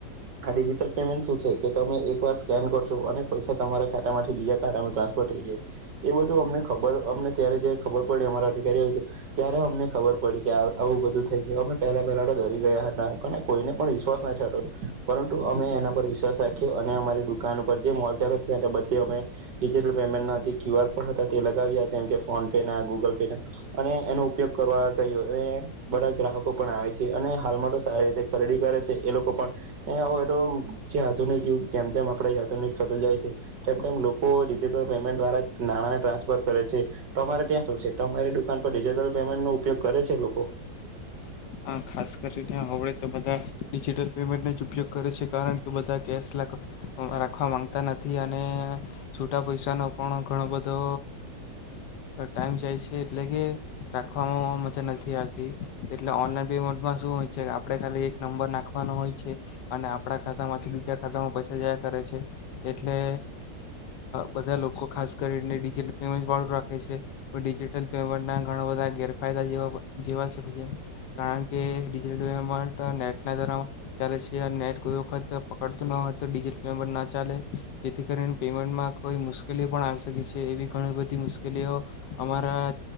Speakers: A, on the right; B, on the left.
A: આ ડિજિટલ પેમેન્ટ શું છે કે તમે એક વાર સ્કેન કરશો અને પૈસા તમારા ખાતામાંથી બીજા ખાતામાં ટ્રાન્સફર થઈ જાય એ બધું અમને ખબર અમને ત્યારે જ ખબર પડી અમારા અધિકારી હોય ત્યારે અમને ખબર પડી કે આવું બધું થાય છે અમે પહેલા પહેલા કોઈને પણ વિશ્વાસ નાતો પરંતુ અમે એના પર વિશ્વાસ રાખ્યો અને અમારી દુકાન ઉપર જે મોલ ચ બધ અમેટલ પેમેન્ટ ના જે ક્યુ આર કોડ હતા તે લગાવ્યામ કે ફોન પે ના ગૂગલ પે ના અને એનો ઉપયોગ કરવા કહ્યો બધા ગ્રાહકો પણ આવે છે અને હાલમાં તો સારી રીતે ખરીદી કરે છે એ લોકો પણવે તો જે આધુનિક યુ જેમ જેમ આપડ આધુનિક થતું જાય છે તેમ તેમ લોકો ડિજટલ પેમેન્ટ દ્વારા નાણાંને ટ્રાન્સફર કરે છે તોરે ત્યાં શો છે તો અરી દુકાન પર ડિજટલ પેમેન્ટ નો ઉપયોગ કરે છે લોકો
B: હા ખાસ કરીને્યા હળે તો બધા ડિજિટલ પેમેન્ટનો જ ઉપયોગ કરે છે કારણ કે બધા કેશ રાખવા માંગતા નથી અને છૂટા પૈસાનો પણ ઘણો બધો ટાઈમ જાય છે એટલે કે રાખવામાં મજા નથી આવતી એટલે ઓનલાઈન પેમેન્ટમાં શું હોય છે આપણે ખાલી એક નંબર નાખવાનો હોય છે અને આપણા ખાતામાંથી બીજા ખાતામાં પૈસા જયા કરે છે એટલે બધા લોકો ખાસ કરીને ડિજટલ પેમેન્ટ વાળું રાખે છે ડિજિટલ પેમેન્ટ ના ઘણા બધા ગેરફાયદાવા જેવા કારણ કેલ પેમેન્ટ નેટના દ્વારા ચાલે છે અને નેટ કોઈ વખત પકડતું ન હોય તોિજટલ પેમેન્ટ ના ચાલે જેથી કરીને પેમેન્ટમાં કોઈ મુશ્કેલી પણ આવી શકે છે એવી ઘણી બધી મુશ્કેલીઓ અમારા